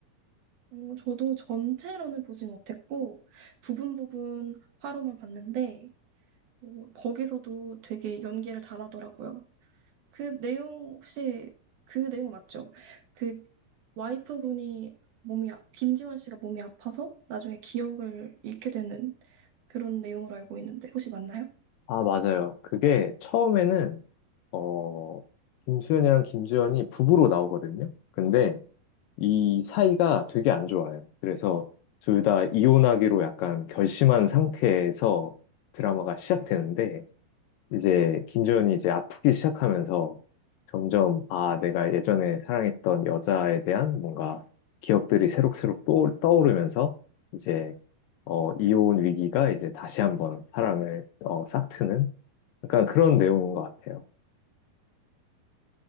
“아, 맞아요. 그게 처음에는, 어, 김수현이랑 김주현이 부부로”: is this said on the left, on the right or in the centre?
Left